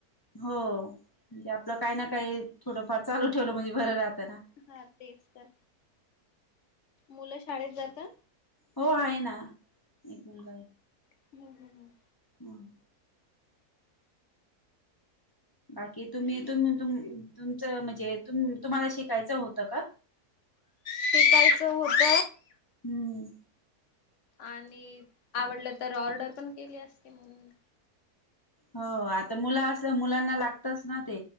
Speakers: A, on the left; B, on the left.
A: होय म्हणजे आपलं काही ना काही थोडंफार चालू ठेवलं म्हणजे बरं राहतना.
B: हा तेच तर मुलं शाळेत जाता
A: हो आहे ना एक नंबर.
B: हमम हम हम.
A: हम. बाकी तुम्ही तुम तुम तुमच म्हणजे तुं तुम्हाला शिकायचं होतं का?
B: शिकायचं होत.
A: हम्म.
B: आणि आवडलं तर ऑर्डर पण केली असती म्हणून
A: हो आता मुलं असल्यावर मुलांना लागतच ना ते